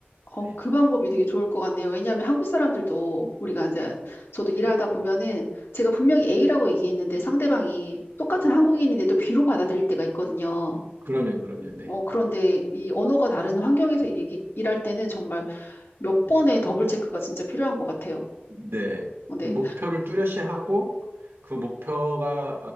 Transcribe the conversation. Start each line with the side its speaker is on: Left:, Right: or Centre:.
Left: 어,
Right: 네.
Left: 그 방법이 되게 좋을 것 같네요. 왜냐하면 한국 사람들도 우리가 이제 저도 일하다 보면은 제가 분명히 A라고 얘기했는데 상대방이 똑같은 한국인인데도 B로 받아들일 때가 있거든요.
Right: 그럼요, 그럼요. 네.
Left: 어, 그런데 이 언어가 다른 환경에서 얘기, 일할 때는 정말 몇 번의 더블 체크가 진짜 필요한 것 같아요.
Right: 네.
Left: 어, 네.
Right: 그 목표를 뚜렷이 하고 그 목표가